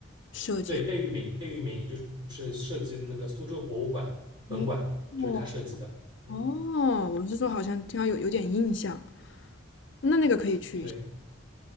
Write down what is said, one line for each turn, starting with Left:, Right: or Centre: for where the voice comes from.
Left: 设计的？
Right: 对，贝聿铭，贝聿铭就是设计的那个苏州博物馆本馆，
Left: 哦哦
Right: 就是他设计的。嗯，
Left: 哦，我是说好像听到有有点印象，那那个可以去一下。
Right: 对